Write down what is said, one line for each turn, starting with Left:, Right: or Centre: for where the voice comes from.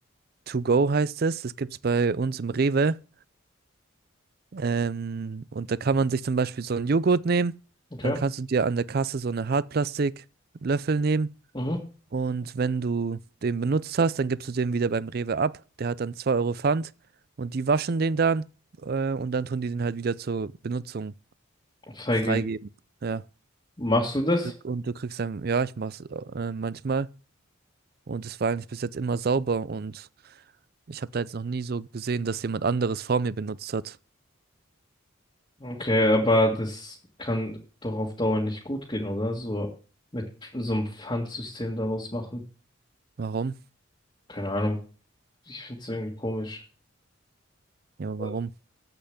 Right: to go heißt es. Das gibt's bei uns im Rewe. Ähm, und da kann man sich zum Beispiel so einen Joghurt nehmen.
Left: okay.
Right: Dann kannst du dir an der Kasse so eine Hartplastiklöffel nehmen
Left: Mhm.
Right: Und wenn du den benutzt hast, dann gibst du den wieder beim Rewe ab. Der hat dann 2 Euro Pfand und die waschen den dann äh, und dann tun die den halt wieder zur Benutzung
Left: Freigeben.
Right: freigeben. Ja.
Left: Machst du das?
Right: Und du kriegst dann, ja, ich mach's äh, manchmal. Und es war eigentlich bis jetzt immer sauber und ich habe da jetzt noch nie so gesehen, dass jemand anderes vor mir benutzt hat.
Left: Okay, aber das kann doch auf Dauer nicht gut gehen, oder? So mit so einem Pfandsystem daraus machen.
Right: Warum?
Left: Keine Ahnung. Ich find's irgendwie komisch.
Right: Ja,
Left: Äh,
Right: warum?